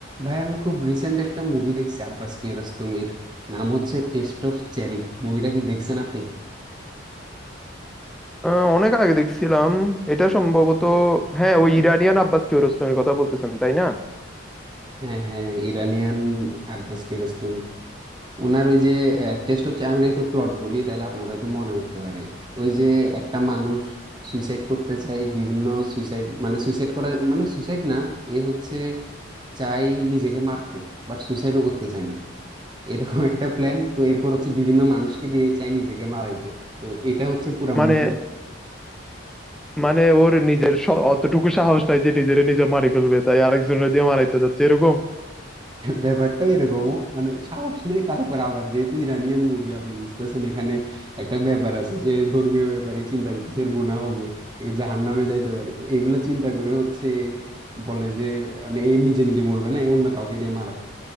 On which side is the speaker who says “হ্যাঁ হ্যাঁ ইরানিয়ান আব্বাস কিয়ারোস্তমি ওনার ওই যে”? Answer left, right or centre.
Right